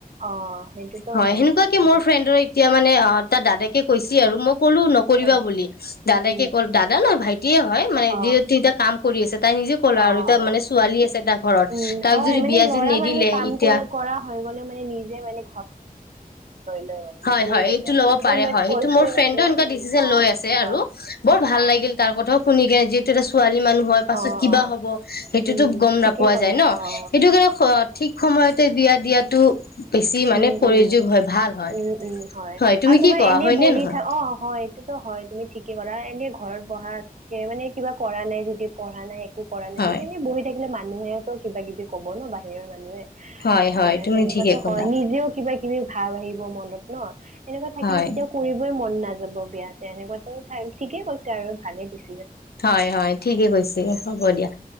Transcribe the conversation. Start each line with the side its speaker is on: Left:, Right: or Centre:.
Right: অ সেইটোতো
Left: হয় সেনেকুৱ কে
Right: সেইটো
Left: মোৰ ফ্ৰেণ্ডৰ এতিয়া মানে অ তাৰ দাদেকে কৈছে আৰু মই ক'লো নকৰিবা
Right: আচ্ছা
Left: বুলি দাদোকে
Right: উম
Left: কল দাদা অ মোৰ ভাইটিয়ে হয় মানে
Right: অ
Left: যি তিটা <unintelligible> কাম কৰি আছে। তাই নিজে ক'ল আৰু
Right: অ
Left: এতিয়া
Right: অ
Left: মানে ছোৱালী আছে এটা ঘৰত
Right: উম
Left: তাক
Right: হয়
Left: যদি বিয়া
Right: ল'ৰা
Left: যদি নিদিলে
Right: মানুহ কাম
Left: এতিয়া
Right: কৰি কৰা হৈ মানে মানে নিজে মানে <unintelligible>
Left: হয়-হয়
Right: নিজে লৈ
Left: এইটো
Right: লয়
Left: ল'ব
Right: সেইটোতো
Left: পাৰে
Right: মই
Left: হয়
Right: কৈছোয়ে
Left: এইটো মোৰ ফ্ৰেণ্ডে
Right: ন তোমাক
Left: এনেকুৱা ডিচিশন
Right: অ
Left: লৈ আছে
Right: হয়
Left: আৰু বৰ ভাল
Right: অ
Left: লাগিল। তাৰ কথাও শুনি গে যি এটা ছোৱালী মানুহ হয়। পাছত
Right: অ
Left: কিবা
Right: অ
Left: হব সেইটোতো
Right: উম
Left: গম
Right: ঠিকেই
Left: নাপোৱা
Right: ক'লা
Left: যায় ন
Right: অ
Left: সেইটো কাৰণে ঠিক ঠিক সময়তে বিয়া দিয়াতটো বেছি মানে
Right: উম
Left: প্ৰয়োযোগ
Right: উম
Left: হয় ভাল হয়।
Right: উম উম হয়
Left: তুমি
Right: আৰু
Left: কি
Right: তোমাৰ
Left: কোৱা
Right: এনেই
Left: হয় নে
Right: বহি
Left: নহয়
Right: থাক অ হয় এইটোতো হয় তুমি ঠিকে কলা এনে ঘৰত বঢ়া মানে কিবা কৰা নাই যদি পঢ়া নাই একো কৰা নাই
Left: হয়
Right: যদি এনেই বহি থাকিলে ম মানুহেও কিবা কিবি কব ন বাহিৰৰ মানুহে
Left: হয়
Right: আৰু তোমাৰ
Left: হয় তুমি
Right: সেনেকুৱাতো
Left: ঠিকে ক'লা
Right: হয়। নিজেও কিবা কিবি ভাব আহিব মনত ন? এনেকুৱা থাকিলে
Left: হয়
Right: কেতিয়াও কৰিবই মন নায <unintelligible> বিয়া আছে এনেকুৱো ঠিকে কৈছে আৰু ভালেই দিছে
Left: হয়-হয় ঠিকে কৈছে হ'ব দিয়া